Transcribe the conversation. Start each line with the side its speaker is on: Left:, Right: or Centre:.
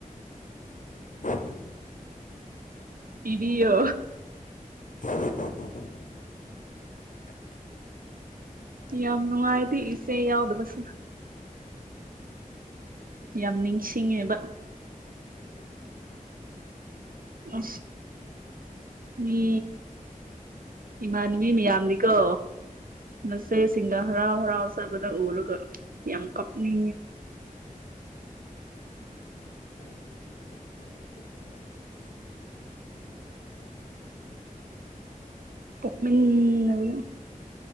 Left: ꯎ
Right: ꯏꯕꯤꯣ
Left: <inaudible> <unintelligible> ꯑ
Right: ꯌꯥꯝ ꯅꯨꯡꯉꯥꯏꯗꯤ ꯏꯆꯦ ꯌꯥꯎꯗꯕꯁ
Left: ꯎ
Right: ꯌꯥꯝ ꯅꯤꯡꯁꯤꯡꯉꯦꯕ
Left: ꯀꯩꯀꯩ ꯅꯤꯡꯁꯤꯡꯉꯅꯣ ꯍꯥꯏꯁꯦ
Right: ꯑ ꯃꯤ ꯏꯃꯥꯟ ꯃꯤ ꯌꯥꯝꯗꯤ ꯀꯣ
Left: ꯎꯝ
Right: ꯃꯆꯦꯁꯤꯡꯅ ꯍꯔꯥꯎ ꯍꯔꯥꯎ ꯆꯕꯗ ꯎꯔꯒ ꯌꯥꯝ
Left: ꯎꯝ
Right: ꯀꯅꯤ
Left: ꯅꯪ ꯀꯩꯅꯣ ꯇꯧꯗ꯭ꯔꯣ ꯄꯣꯛꯃꯤꯟꯅꯕ ꯅꯠꯇ꯭ꯔꯁꯨ ꯂꯩꯇ꯭ꯔꯣ ꯑꯗꯨꯗꯥꯏꯗ ꯅꯣꯏ ꯌꯨꯝ ꯊꯪꯅꯕꯒꯨꯝꯕ
Right: ꯃꯅꯕꯅ